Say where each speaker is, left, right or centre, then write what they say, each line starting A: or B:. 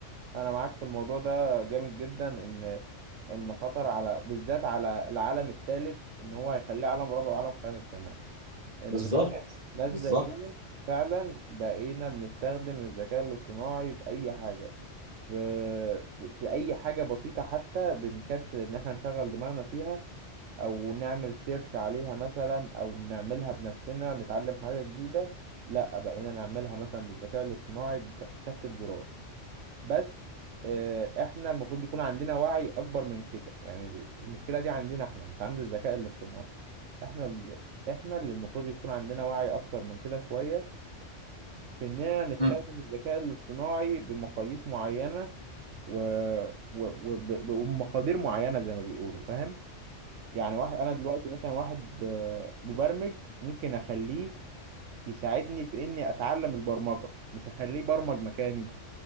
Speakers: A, on the right; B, on the right.
A: انا معاك في الموضوع ده جامد جدا ان ان خطر على بالذات على العالم الثالث ان هو هيخليه عالم رابع وعالم خامس كمان ان
B: بالظبط
A: ناس
B: بالظبط
A: زينا فعلا بقينا بنستخدم الذكاء الاصطناعي في اي حاجه في في اي حاجه بسيطه حتى بنكسل ان احنا نشغل دماغنا فيها او نعمل سيرش عليها مثلا او نعملها بنفسنا نتعلم حاجه جديده لا بقينا نعملها مثلا بالذكاء الاصطناعي بتكة زرار بس آه، احنا المفروض يكون عندنا وعي اكبر من كده يعني المشكله دي عندنا احنا مش عند الذكاء الاصطناعي احنا ال- احنا اللي المفروض يكون عندنا وعي اكتر من كده شويه باننا نستخدم
B: مم.
A: الذكاء الاصطناعي بمقاييس معينه و... و... وب- وبمقادير معينه زي ما بيقولوا فاهم يعني واحد انا دلوقتي مثلا واحد آه، مبرمج ممكن اخليه يساعدني في اني اتعلم البرمجه مش اخليه برمج مكاني